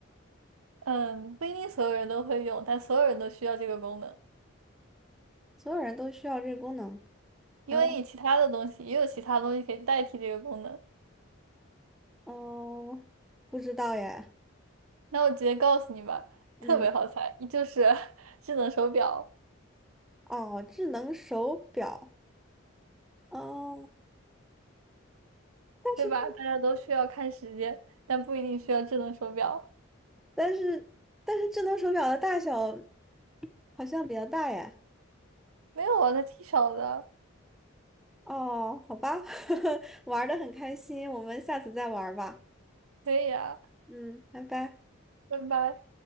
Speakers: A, on the right; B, in the centre.
A: 嗯，不一定所有人都会用，但所有人都需要这个功能，
B: 所有人都需要这个功能，
A: 因为你其他的东西也有其他东西可以代替这个功能。
B: 然后哦，呃不知道耶。
A: 那我直接告诉你吧，
B: 嗯，
A: 特别好猜，就是 <laughs> 智能手表，
B: 哦，智能手表，哦，但是
A: 对吧？大家都需要看时间，但不一定需要智能手表。
B: 但是但是智能手表的大小好像比较大耶。
A: 没有啊，那挺少的。
B: 哦，好吧，<laughs> 玩的很开心，我们下次再玩儿吧。
A: 可以啊，
B: 嗯，拜拜。
A: 拜拜。